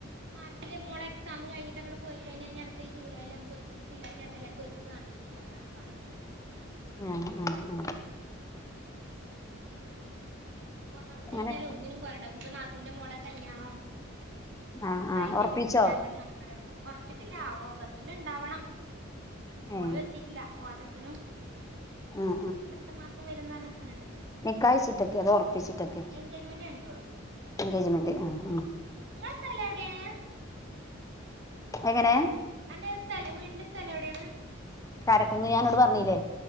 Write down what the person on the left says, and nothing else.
ആഹ് ആഹ് ആഹ്
അങ്ങനെയൊക്കെ
ആഹ്
ആഹ്
ഒറപ്പിച്ചോ
ഏഹ്
ആഹ്
നിക്കാഹയ്ച്ചിട്ടൊക്കെ അതോ ഒറപ്പിച്ച്ട്ടെക്കെ
എൻഗേജ്മെന്റ് ആഹ് ആഹ്
എങ്ങനേ
കാരക്കുന്ന് ഞാഅന്നോട് പറഞ്ഞില്ലേ